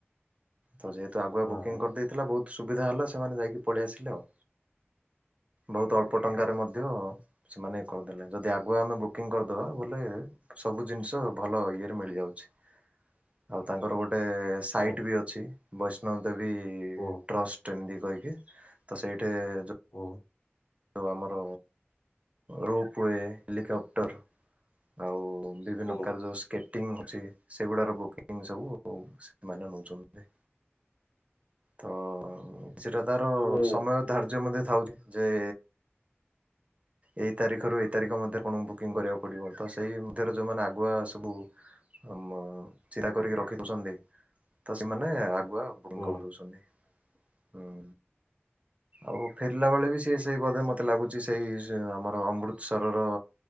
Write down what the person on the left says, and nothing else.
ହଁ
ହଁ
ଓ
ହୁଁ
ଉ
ହୁଁ
ହେଲେ
ହୁଁ